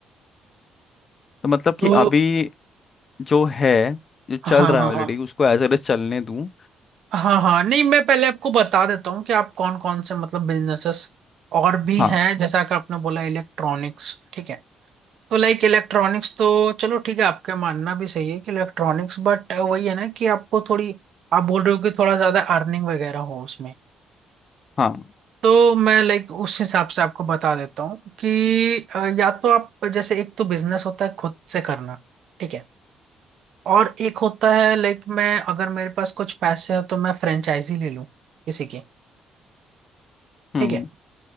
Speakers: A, on the left; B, on the right.
A: तो मतलब
B: तो
A: कि अभी जो है जो चल
B: हाँ
A: रहा
B: हाँ
A: है ऑलरेडी
B: हाँ
A: उसको एज एल एज चलने दूं
B: हाँ हाँ नहीं मैं पहले आपको बता देता हूँ कि आप कौन कौन से मतलब बिजनेसेस और भी
A: हाँ
B: हैं जैसा कि आपने बोला इलेक्ट्रॉनिक्स ठीक है तो लाइक इलेक्ट्रॉनिक्स तो चलो ठीक है आपका मानना भी सही है कि इलेक्ट्रॉनिक्स बट वही है ना कि आपको थोड़ी आप बोल रहे हो कि थोड़ा ज्यादा अर्निंग वगैरह हो उसमें
A: हाँ
B: तो मैं लाइक उस हिसाब से आपको बता देता हूँ कि अ, या तो आप जैसे एक तो बिजनेस होता है खुद से करना ठीक है और एक होता है लाइक मैं अगर मेरे पास कुछ पैसे हैं तो मैं फ्रेंचाइजी ले लूँ किसी की
A: हम्म
B: ठीक है,